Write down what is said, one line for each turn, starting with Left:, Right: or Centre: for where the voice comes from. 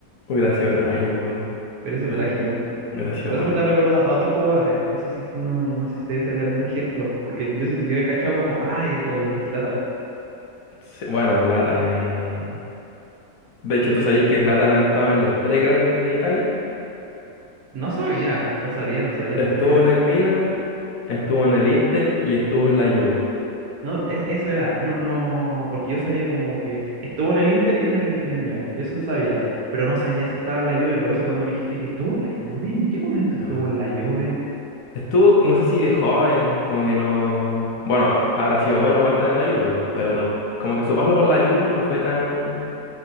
Left: Hubiera sido trágico, weón.
Right: hubiera sido
Left: Hubiera
Right: trágico.
Left: sido, hubiera sido
Right: Pero
Left: más.
Right: eso me da recuerda a otros jugadores. No sé si, no, no no sé si ustedes sabían algún ejemplo, porque yo, sí- yo he cachado como, ah, el, el Zlatan.
Left: Sí, Bueno, Zlatan, eh... De hecho, tú sabes que Zlatan ha estado en los tres grandes de Italia.
Right: No sabía, no sabía, no sabía,
Left: Estuvo
Right: no sabía.
Left: en el Milan, estuvo en el Inter y estuvo en la Juve.
Right: No, es eso era, no, no, porque yo sabía como que estuvo en el Inter y en el, en el Milan, yo eso sabía, pero no sabía si estaba en la Juve, por eso cuando me dijiste, dije, ¿estuvo en la Juve? ¿En qué momento
Left: Yo-
Right: estuvo en la Juve?
Left: Estuvo, no sé si de joven, como que no. Bueno, habrá sido bueno para estar en la Juve, weón, pero tam- como que su paso por la Juve no fue tan